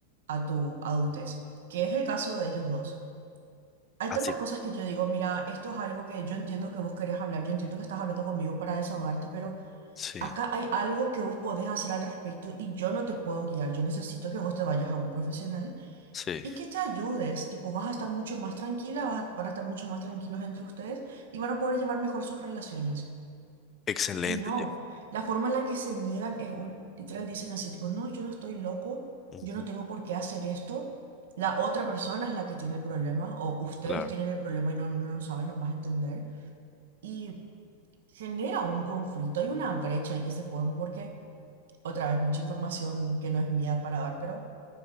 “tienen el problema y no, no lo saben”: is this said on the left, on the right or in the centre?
Right